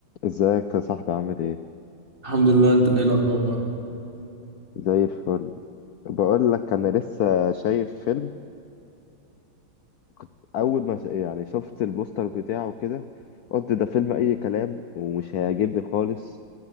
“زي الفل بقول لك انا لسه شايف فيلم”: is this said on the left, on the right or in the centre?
Left